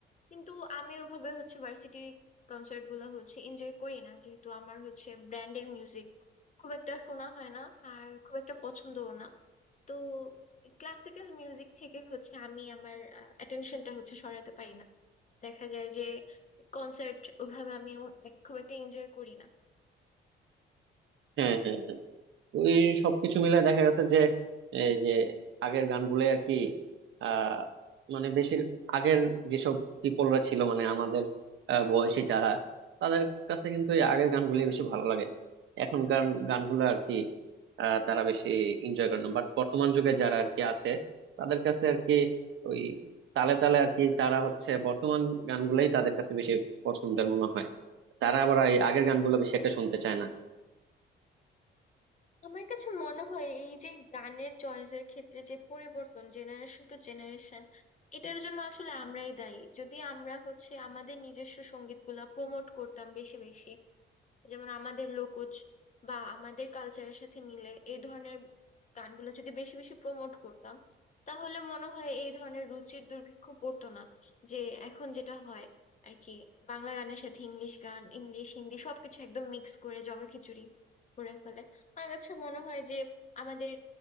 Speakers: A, on the left; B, on the right.
A: কিন্তু আমি ওভাবে হচ্ছে ভার্সিটির কনসার্ট গুলো হচ্ছে এনজয় করি না যেহেতু আমার হচ্ছে ব্র্যান্ডের মিউজিক খুব একটা শোনা হয় না আর খুব একটা পছন্দও না তো ক্লাসিক্যাল মিউজিক থেকে হচ্ছে আমি আমার অ্যাটেনশনটা হচ্ছে সরাতে পারি না দেখা যায় যে কনসার্ট ওইভাবে আমিও এক- খুব একটা এনজয় করি না
B: হ্যাঁ হ্যাঁ ওই সবকিছু মিলে দেখা গেছে যে এই যে আগের গানগুলো আর কি আহ মানে বেশি আগের যেসব পিপলরা ছিল মানে আমাদের আহ, বয়সী যারা তাদের কাছে কিন্তু এই আগের গানগুলি বেশি ভালো লাগে এখনকার গানগুলো আর কি আহ, তারা বেশি এনজয় করে না বাট বর্তমান যুগে যারা আর কি আছে তাদের কাছে আর কি ওই তালে তালে আর কি তারা হচ্ছে বর্তমান গানগুলোই তাদের কাছে বেশি পছন্দের মনে হয় তারা আবার এই আগের
A: হুম
B: গানগুলো
A: হুম
B: বেশি একটা শুনতে চায় না
A: আমার কাছে মনে হয় এই যে গানের চয়েসের ক্ষেত্রে যে পরিবর্তন জেনারেশন টু জেনারেশন এটার জন্য আসলে আমরাই দায়ী যদি আমরা হচ্ছে আমাদের নিজস্ব সঙ্গীতগুলা প্রমোট করতাম বেশি বেশি যেমন আমাদের লোকজ বা আমাদের কালচারের সাথে মিলে এই ধরনের গানগুলো যদি বেশি বেশি প্রমোট করতাম তাহলে মনে হয় এই ধরনের রুচির দুর্ভিক্ষ পড়তো না যে এখন যেটা হয় আর কি বাংলা গানের সাথে ইংলিশ গান ইংলিশ হিন্দি সবকিছু একদম মিক্স করে জগা খিচুড়ি করে ফেলে আমার কাছে মনে হয় যে আমাদের